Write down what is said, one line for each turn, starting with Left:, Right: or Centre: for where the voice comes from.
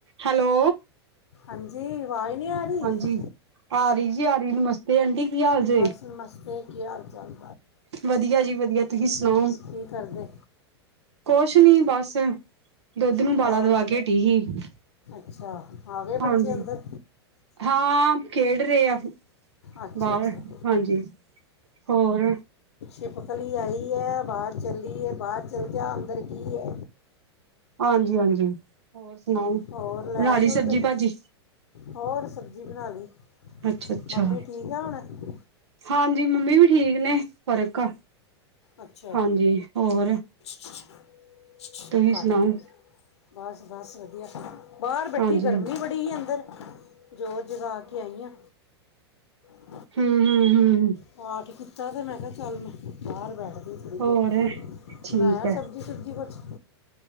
Right: Hello
Left: ਹਾਂਜੀ ਆਵਾਜ਼ ਨਹੀਂ ਆ ਰਹੀ
Right: ਹਾਂਜੀ ਆ ਰਹੀ ਜੀ ਆ ਰਹੀ ਮਸ ਤੇ ਆਂਟੀ ਕੀ ਹਾਲ ਜ
Left: ਬਸ ਨਮਸਤੇ ਕੀ ਹਾਲ ਚਾਲ
Right: ਵਧੀਆ ਜੀ ਵਧੀਆ ਤੁਸੀਂ ਸੁਣਾਓ
Left: ਕੀ ਕਰਦੇ
Right: ਕੁਛ ਨੀ ਬਸ ਦੁੱਧ ਨੂੰ
Left: ਹੋਰ
Right: ਬਾਲਾ ਦਵਾ ਕੇ ਹਟੀ ਸੀ
Left: ਅੱਛਾ ਆ ਗਏ ਬੱਚੇ
Right: ਹਾਂਜੀ
Left: ਅੰਦਰ
Right: ਹਾਂ ਖੇਡ ਰਹੇ ਆ
Left: ਅੱਛਾ
Right: ਬਾਹਰ
Left: ਅੱਛਾ
Right: ਹਾਂਜੀ ਹੋਰ
Left: ਿਪਖਲੀ ਆਈ ਹੈ ਬਾਹਰ ਚੱਲਏ ਬਾਹਰ ਚੱਲ ਜਾ ਅੰਦਰ ਕੀ ਹੈ
Right: ਹਾਂਜੀ ਹਾਂਜੀ ਹੋ ਸੁਣਾਓ
Left: ਹੋਰ ਲੈ
Right: ਪਰਾਲੀ
Left: ਆਏ ਦੁੱਧ
Right: ਸਬਜ਼ੀ ਭਾਜੀ
Left: ਹੋਰ ਸਬਜ਼ੀ ਬਣਾ ਲਈ
Right: ਅੱਛਾ ਅੱਛਾ
Left: ਮੰਮੀ ਠੀਕ ਆ ਹੁਣ
Right: ਹਾਂਜੀ ਮੰਮੀ ਵੀ ਠੀਕ ਨੇ ਫ਼ਰਕ ਆ
Left: ਅੱਛਾ
Right: ਹਾਂਜੀ ਹੋਰ
Left: <unintelligible>
Right: ਤੁਸੀਂ
Left: ਕੱਢਤੀ
Right: ਸੁਣਾਓ
Left: ਬਸ ਬਸ ਵਧੀਆ ਖ ਬਾਹਰ ਬੈਠੀ
Right: ਹਾਂਜੀ
Left: ਗਰਮੀ
Right: ਹਾਂਜੀ
Left: ਬੜੀ ਅੰਦਰ ਜ਼ੋਰ ਜਗਾਾ ਕੇ ਆਈ ਹਆਂ ਹਾਂ
Right: ਹਮ ਹਮ ਹਮ
Left: ਪਾਠ ਕੀਤਾ ਤੇ ਮੈਂ ਕਿਹਾ ਚੱਲ ਮੈਂ ਘਾਹਰ ਬੈਠਦੇ ਥੋੜੀ
Right: ਹੋਰ
Left: ਦੇਰ
Right: ਠੀਕ
Left: ਬਣਾਇਆ
Right: ਹੈ
Left: ਸਬਜ਼ੀ ਸੁਬਜ਼ੀ ਕੁਛ